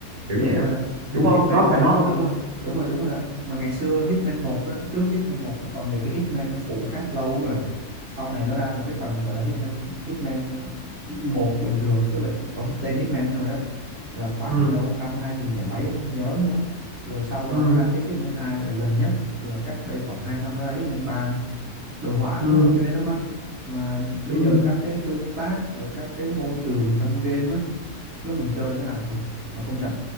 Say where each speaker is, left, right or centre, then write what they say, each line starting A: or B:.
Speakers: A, on the right; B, on the right.
A: kiểu
B: đúng
A: vậy đó
B: rồi anh
A: đúng
B: mà
A: không
B: Hitman
A: nó phải nó không
B: đúng rồi đúng rồi đúng rồi anh mà ngày xưa Hitman một đó trước Hitman một nó còn nhiều cái Hitman phụ khác lâu lắm rồi sau này nó ra một cái phần gọi là Hitman Hitman một bình thường tức là chỉ có hit, tên Hitman thôi á là khoảng
A: ừ
B: đâu năm 2000 lẻ mấy em không nhớ nữa rồi sau đó
A: ừ
B: nó ra tiếp Hitman hai rồi gần nhất là cách đây khoảng 2 năm nó ra Hitman ba đồ họa
A: ừ
B: nó ok lắm anh mà bây
A: ừ
B: giờ các cái tương tác rồi các cái môi trường trong game á lúc mình chơi nó làm thật mà công nhận